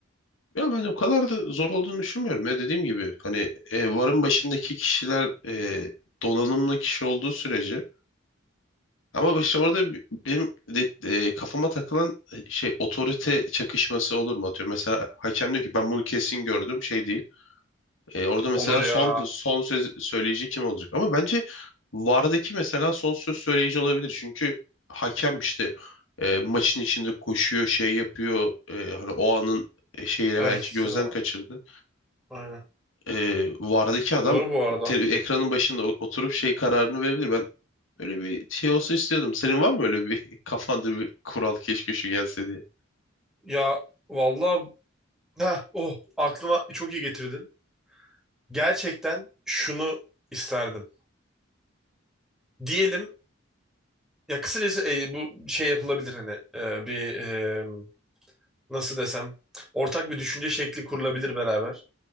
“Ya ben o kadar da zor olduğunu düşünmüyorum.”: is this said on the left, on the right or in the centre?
Left